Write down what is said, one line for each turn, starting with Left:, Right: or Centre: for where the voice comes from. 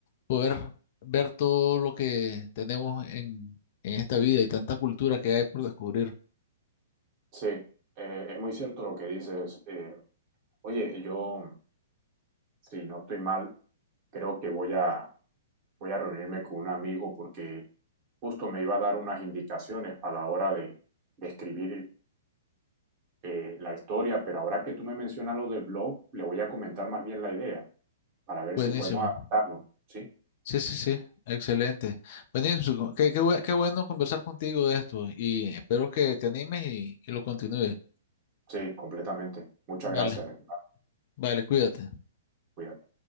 Left: poder ver todo lo que tenemos en, en esta vida y tanta cultura que hay por descubrir.
Right: sí. Eh, es muy cierto lo que dices. Eh, oye, yo, si no estoy mal, creo que voy a, voy a reunirme con un amigo porque justo me iba a dar unas indicaciones a la hora de, de escribir eh, la historia, pero ahora que tú me mencionas lo del blog, le voy a comentar más bien la idea para ver
Left: Buenísimo.
Right: si podemos adaptarlo. Sí,
Left: Sí, sí, sí, excelente. Buenísimo, qué, qué, bue- qué bueno conversar contigo de esto y espero que te animes y, y lo continúes.
Right: sí, completamente. Muchas
Left: Vale,
Right: gracias, de verdad.
Left: vale, cuídate.
Right: Cuídate.